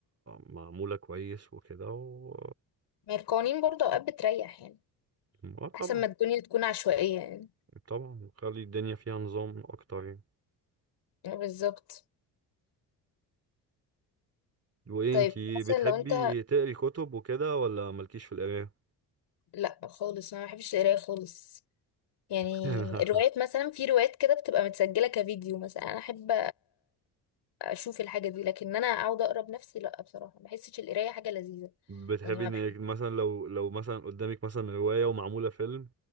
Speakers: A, on the right; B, on the left.
A: معمولة كويس وكده و...
B: ما هي القوانين برضه اوقات بتريح يعني
A: اه طبعا
B: احسن ما الدنيا تكون عشوائية يعني
A: طبعا خلي الدنيا فيها نظام اكتر يعني
B: اه بالظبط
A: وايه
B: طيب
A: انتي
B: مثلا
A: بتحبي
B: لو انت
A: تقري كتب وكده ولا مالكيش في القراية
B: لا خالص انا ما بحبش القراية خالص يعني
A: <laughs>
B: الروايات مثلا في روايات كده بتبقى متسجلة كفيديو مثلا انا احب اشوف الحاجه دي لكن انا اقعد اقرا بنفسي لا بصراحه ما بحسش القرايه حاجه لذيذه
A: بتحبي
B: يعني ما
A: انك
B: بحب
A: مثلا لو لو مثلا قدامك مثلا رواية ومعمولة فيلم